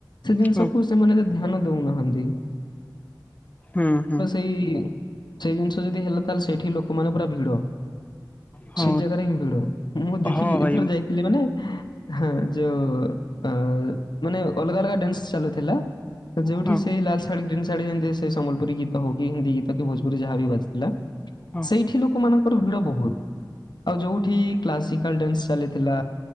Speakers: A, on the left; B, on the left.
A: ସେ ଜିନିଷକୁ
B: ହୁଁ
A: ସେମାନେ ଏତେ ଧ୍ୟାନ ଦଉନାହାନ୍ତି।
B: ହୁଁ ହୁଁ।
A: ଇ ସେଇ ଜିନିଷ ଯଦି ହେଲା ତାହେଲେ ସେଇଠି ଲୋକମାନେ ପୁରା ଭିଡ।
B: ହଁ
A: ସେଇ ଜାଗାରେ ହିଁ ଭି। ମୁଁ ଦେଖିକି
B: ହଁ ଭାଇ
A: ଏଥର ଯାଇଥିଲି ମାନେ ହଁ। ଯୋଉ ଅ ମାନେ ଅଲଗା ଅଲଗା ଡାନ୍ସ ଚାଲୁଥିଲା ଯୋଉଠି
B: ହଁ
A: ସେଇ ଲା। ଶାଢୀ ଗ୍ରୀନ୍ ଶାଢୀ ଯେମିତି ସେ ସମଲପୁରୀ ଗୀତ ହଉ କି ହିନ୍ଦୀ ଗୀତ କି ଭୋଜପୁରି ଯାହା ବି ବାଜିଥିଲା।
B: ହଁ
A: ସେଇଠି ଲୋକ ମାନଙ୍କର ଭିଡ ବହୁତ୍ ଆଉ ଯୋଉଠି। କ୍ଲାସିକାଲ ଡ୍ୟାନ୍ସ ଚାଲିଥିଲା